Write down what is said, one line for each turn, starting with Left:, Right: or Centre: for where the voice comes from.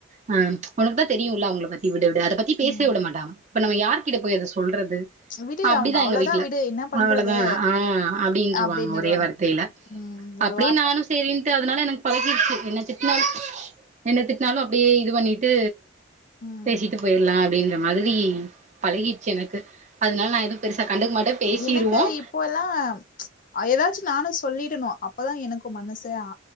Right: ஆ உனக்கு தா தெரியும்ல அவங்கள பத்தி விடு அத பத்தி பேசவே
Left: உம்
Right: விட மாட்டாங்க இப்ப நம்ம யாரு கிட்ட போய் அத சொல்றது
Left: விடு
Right: அப்படிதா
Left: அவங்க அவ்வளவுதான்
Right: எங்க வீட்டுல
Left: விடு என்ன பண்றது
Right: அவ்வளதா ஆ அப்டின்ருவாங்க
Left: அப்படின்னுடுவாங்க
Right: ஒரே வார்த்தையில
Left: உம் ஒரு
Right: அப்டியே
Left: வார்த்தை
Right: நானு சேரின்ட்டு அதனால எனக்கு பழகிடுச்சு என்ன திட்டினால் என்ன திட்டினாலு அப்படியே இது பண்ணிட்டு
Left: உம்
Right: பேசிட்டு போயிலா அப்படின்ற மாரி பழகிடுச்சு எனக்கு அதனால நா எதும் பெருசா கண்டுக்க மாட்டேன் பேசிருவோம்
Left: எனக்கு இப்போல்லா ஏதாச்சு நானு சொல்லி ரணு அப்பதா எனக்கு மனசே ஆ